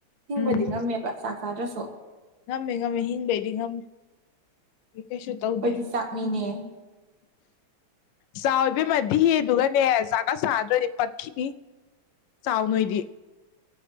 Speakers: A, on the right; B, on the left.
A: ꯍꯤꯡꯕꯗꯤ
B: ꯎꯝ
A: ꯉꯝꯃꯦꯕ ꯆꯥꯛ ꯆꯥꯗ꯭ꯔꯁꯨ
B: ꯉꯝꯃꯦ ꯉꯝꯃꯦ ꯍꯤꯡꯕꯩꯗꯤ ꯉꯝꯃꯦ ꯑꯩ ꯀꯩꯁꯨ ꯇꯧꯗꯦ
A: ꯑꯩꯈꯣꯏꯗꯤ ꯆꯥꯛ ꯃꯤꯅꯦ
B: ꯆꯥꯎ ꯏꯕꯦꯝꯃ ꯗꯤꯍꯦ ꯗꯨꯒꯅꯦ ꯆꯥꯛꯀ ꯆꯥꯗ꯭ꯔꯗꯤ ꯄꯠꯈꯤꯅꯤ ꯆꯥꯎꯅꯣꯏꯗꯤ